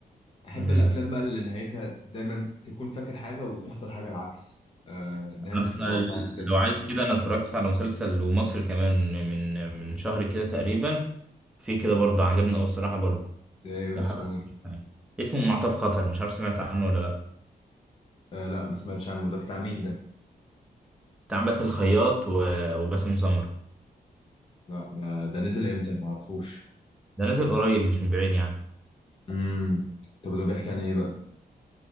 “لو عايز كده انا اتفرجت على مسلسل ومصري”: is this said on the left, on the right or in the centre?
Centre